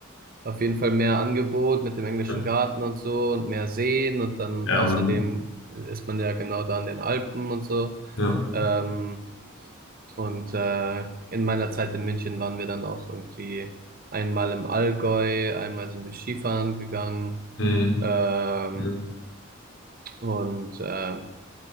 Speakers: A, on the right (about 45°); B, on the left (about 65°).
A: auf jeden Fall mehr Angebot mit dem englischen
B: ja,
A: Garten und so und mehr Seen und dann
B: ja,
A: außerdem
B: Mann.
A: ist man ja genau da in den Alpen und so.
B: Ja.
A: Ähm, und äh, in meiner Zeit in München waren wir dann auch irgendwie einmal im Allgäu, einmal sind wir Skifahren gegangen.
B: Mhm.
A: Ähm,
B: Ja,
A: Und äh,